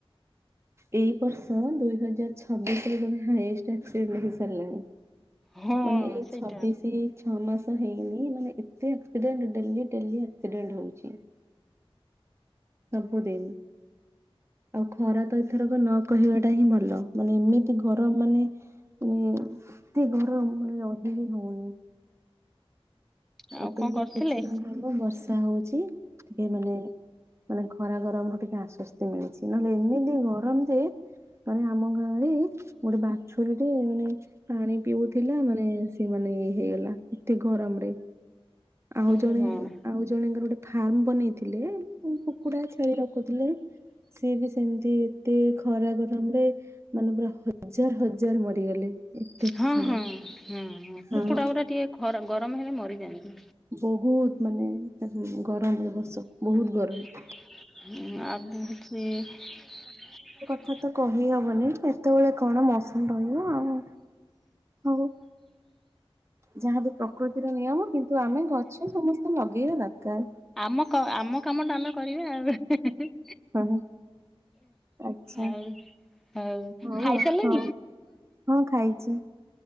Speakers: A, on the right; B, in the centre.
A: ଏଇ ବର୍ଷ ଦୁଇ ହଜାର ଛ ହାଇଏଷ୍ଟ ଲେଖିସାରିଲାଣି।
B: ହଁ
A: ମାନେ ଏଇ
B: ସେଇଟା
A: ଛବିଶି ଛଅ ମାସ। ହେଇନି ମାନେ ଏତେ ଆକ୍ସିଡେଣ୍ଟ ଡେଲି ଡେଲି ଆକ୍ସିଡେଣ୍ଟ ହଉଛି ସବୁଦିନ ଆଉ ଖରା ତ ଏଥରକ ନ କହିବାଟା ହିଁ ଭଲ ମାନେ ଏମିତି ଗରମ ମାନେ ମାନେ ଏତେ କମ ରହିବି ହଉନି।
B: ଆଉ
A: ଏବେ
B: କଣ
A: ହେଇ
B: କରୁଥିଲେ
A: କିଛିଦିନ ହେବ ବର୍ଷା ହଉଛି ଟିକେ ମାନେ ମାନେ ଖରା ଗରମରୁ ଟିକେ ଆଶ୍ଵସ୍ତି ମିଳୁଛି ନହେଲେ ଏମିତି ଗରମ ଯେ ମାନେ ଆମ ଗାଁରେ ଗୋଟେ ବାଛୁରୀଟେ ମାନେ ପାଣି ପିଉ ମାନେ ସେମାନେ ହେଇଗଲା ଏତେ ଗରମ ରେ। ଆଉ
B: ଓହୋ।
A: ଜଣେ ଆଉ ଜଣଙ୍କର ଗୋଟେ ଫାର୍ମ ବନେଇଥିଲେ କୁକୁଡା ଛେଳି ରଖୁଥିଲେ ସିଏ ବି ସେମିତି ଏତେ ଖରା ଗରମରେ ମାନେ ପୁରା ହଜାର ହଜାର ମରିଗଲେ ଏତେ
B: ହଁ
A: ମାନେ
B: ହଁ ହଁ ହଁ କୁକୁଡ଼ା
A: ହଁ।
B: ଗୁରା ଟିକେ ଖରା ଗରମ ହେଲେ ମରିଯାଆନ୍ତି।
A: ବହୁତ ମାନେ ଗରମ ଏ ବର୍ଷ ବହୁତ ଗରମ।
B: ହ <unintelligible>
A: ଏବେତ କହିହବନି କେତେବେଳେ କଣ ମସୁମ ରହିବ ଆଉ ହଉ। ଯାହାବି ପ୍ରକୃତିର ନିୟମ। କିନ୍ତୁ ଆମେ ଗଛ ସମସ୍ତେ ଲଗେଇବା ଦରକାର।
B: ଆମ କ ଆମ କାମ ଟା ଆମେ କରିବା ଆଉ।
A: ହ ଆଛା
B: ଆଉ ହଉ
A: ହଉ
B: ଖାଇସାରିଲେଣି?
A: ଆଉ ହଉ ହଁ ଖାଇଛି।